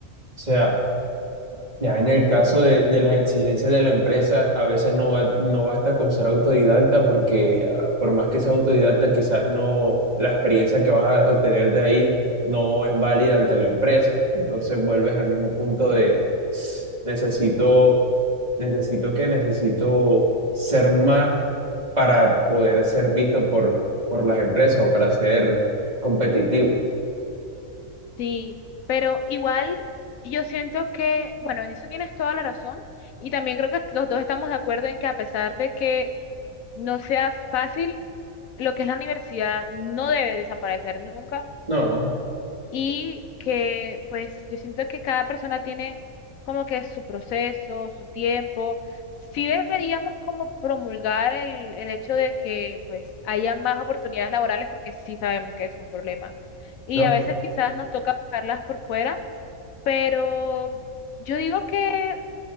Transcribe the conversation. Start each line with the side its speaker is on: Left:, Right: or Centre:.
Right: sea, ya en el caso de, de las exigencias de la empresa, a veces no va, no basta con ser autodidacta porque ah, por más que seas autodidacta, quizás no la experiencia que vas a obtener de ahí no es válida ante la empresa. Entonces vuelves al mismo punto de "Ss, necesito, necesito que necesito ser más para poder ser visto por, por las empresas o para ser competitivo.
Left: Sí, pero igual yo siento que, bueno, en eso tienes toda la razón y también creo que los dos estamos de acuerdo en que a pesar de que no sea fácil, lo que es la universidad no debe desaparecer nunca
Right: No,
Left: y que pues yo siento que cada persona tiene como que su proceso, su tiempo. Sí deberíamos como promulgar el, el hecho de que pues haya más oportunidades laborales porque sí sabemos que es un problema. Y
Right: no.
Left: a veces quizás nos toca buscarlas por fuera, pero yo digo que